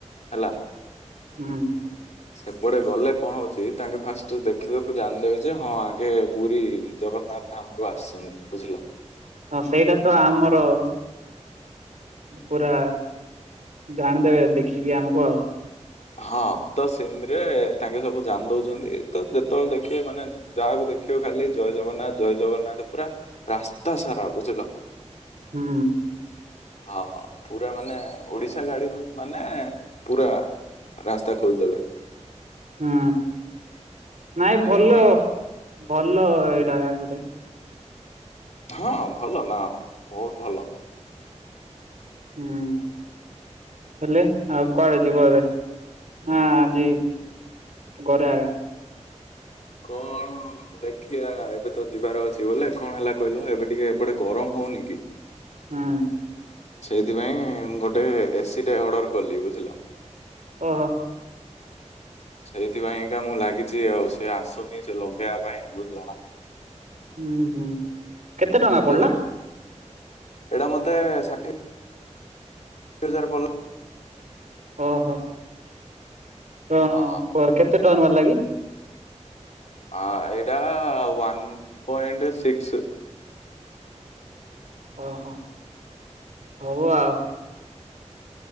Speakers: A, on the left; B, on the right.
A: ହେଲା।
B: ହୁଁ।
A: ସେପଟେ ଗଲେ କଣ ହଉଚି ତାଙ୍କେ ଫାଷ୍ଟରେ ଦେଖ ଦେଖୁ ଦେଖୁ ଜାଣିଦେବେ ଯେ ହଁ ଆଙ୍କେ ପୁରୀ ଜଗନ୍ନାଥ ଧାମରୁୁ ଆସିଚନ୍ତି ବୁଝିଲ।
B: ହଁ ସେଇଟା ତ ଆମର ପୁରା ଜାଣିଦେବେ ଦେଖିକି ଆମକୁ ଆଉ।
A: ହଁ ତ ସିନ୍ତରେ ତାଙ୍କେ ସବୁ ଜାଣି ଦଉଚନ୍ତି ତ ଯେତେବେଳେ ଦେଖିବେ ମାନେ ଯାହାକୁ ଦେଖିବ ଖାଲି ଜୟ ଜଗନ୍ନାଥ ଜୟ ଜଗନ୍ନାଥ ପୁରା ରାସ୍ତା ସାରା ବୁଝିଲ।
B: ହୁଁ।
A: ହଁ ପୁରା ମାନେ ଓଡିଶା ଗାଡି ମାନେ ପୁରା। ରାସ୍ତା ଖୋଲିଦେବେ।
B: ହୁଁ।
A: ଏମିତି
B: ନାଇଁ ଭଲ,
A: ହେଇକିରି
B: <inaudible> ଭଲ ଏଇଟା ଗୁଟେ।
A: ହଁ ଭଲ ନା ଆଉ। <inaudible> ବହୁତ ଭଲ।
B: ହୁଁ। ହେଲେ ଆଉ କୁଆଡ଼େ ଯିବ ଏବେ? <inaudible> ହଁ, ଆଜି ଖରାରେ।
A: କଣ? ଦେଖଆ ଏବେ ତ ଯିବାର ଅଛି ବଲେ କଣ ହେଲା କହିଲ ଏବେ ଟିକେ ଏପଟେ ଗରମ ହଉନି କି?
B: ହୁଁ।
A: ସେଇଥିପାଇଁ ଗୋଟେ ଏସିି ଟେ ଅର୍ଡର କଲି ବୁଝିଲ।
B: ଓହୋ।
A: ସେଇଥିପାଇଁ ଏକା ମୁଁ ଲାଗିଛି ଆଉ। ସେ ଆସୁନି ସେ ଲଗେଇବା ପାଇଁ ବୁଝିଲ ନା।
B: ହୁଁ। ହୁଁ। କେତେ ଟଙ୍କା
A: ଯେହେତୁ
B: ପଡିଲା?
A: ଏଇଟା ମତେ ଷାଠିଏ ଷାଠିଏ ହଜାର ପଡିଲା
B: ଓହୋ। <inaudible> ତ ପର
A: ହଁ
B: କେତେ ଟନ ବାହାର୍ଲା କି?
A: ହଁ ଏଇଟା ୱନ୍ ପଏଣ୍ଟ ସିକ୍ସ।
B: ଓହୋ ହଉ ଆଉ।